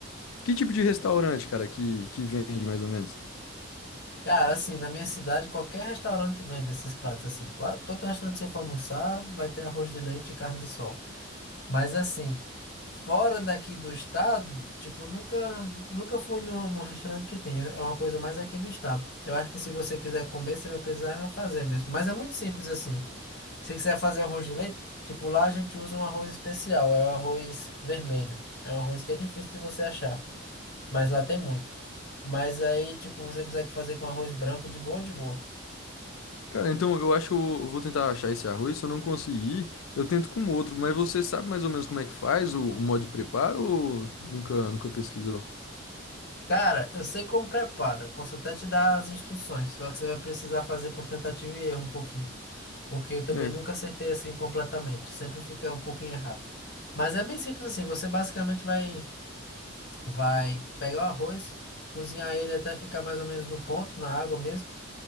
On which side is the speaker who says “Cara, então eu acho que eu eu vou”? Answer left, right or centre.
Left